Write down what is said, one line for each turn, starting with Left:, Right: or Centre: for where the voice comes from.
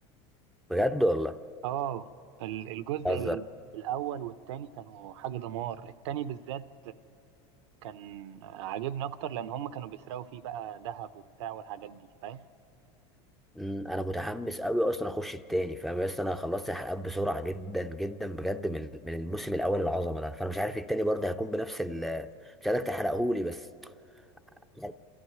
Centre: بجد والله
Right: اه ال- الجزء
Centre: بهزر
Right: ال- الاول والتاني كانوا حاجة دمار التاني بالذات كان عاجبني اكتر لان هم كانوا بيسرقوا فيه بقى ذهب وبتاع والحاجات دي فاهم
Centre: أمم، انا متحمس قوي اصلا اخش التاني فاهم يا اسطى انا خلصت الحلقات بسرعه جدا جدا بجد من من الموسم الاول العظمه ده فانا مش عارف التاني برضه هيكون بنفس ال مش عارف تحرقهولي بس مش عارف،